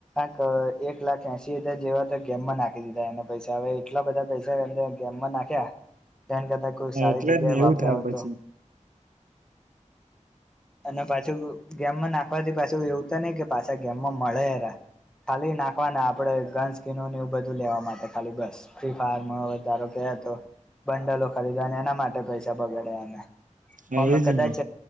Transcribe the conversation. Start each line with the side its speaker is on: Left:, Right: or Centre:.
Centre: કંક એક લાખ એસી હજાર જેવા તો ગેમમાં નાખી દીધા એના પૈસા હવે એટલા બધા પૈસા એમાં નાખ્યા તેન કરતા કોઈક સારી
Right: એટલે
Centre: જગ્યા
Right: જ ને એવું
Centre: વાપર્યો
Right: થાય પછી
Centre: હતો અને પાછું ગેમમાં નાખવાથી પાછું એવું તો નહિ કે પાછા ગેમમાં મળે એરા ખાલી નાખવા આપડે ગન સ્કીિનો એવું બધું લેવા માટે ખાલી બસ ફ્રી ફાયર માં વધારો કે તો બંડલો ખરીદવા અને એના માટે પૈસા બગાડે અમે
Right: હા
Centre: અમે
Right: એજ
Centre: કદાચ
Right: ને